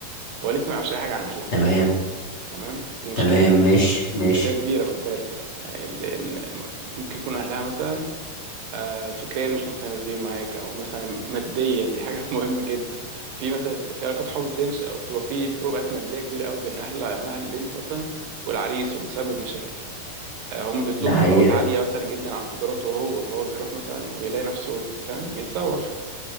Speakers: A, on the right; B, on the left.
A: هو لسه ما يعرفش اي حاجه عن اهلها
B: تمام
A: تمام دي مشكله
B: تمام ماشي ماشي
A: دي مشكلة كبيرة خد بالك يعني لأن م- ممكن يكون أهلها مثلا آه، فكريا مش متناسبين معاك أو مثلا ماديا دي حاجة <laughs> مهمة جدا في مثلا في علاقات حب بتنشأ وبتبقى في فروقات مادية كبيرة قوي بين أهل أهل البنت مثلا والعريس وبتسبب مشاكل آه، هم بيطلبوا
B: ده حقيقة
A: طلبات عالية مثلا جدا عن قدراته هو فهو بيروح مثلا وبيلاقي نفسه فاهم متسوح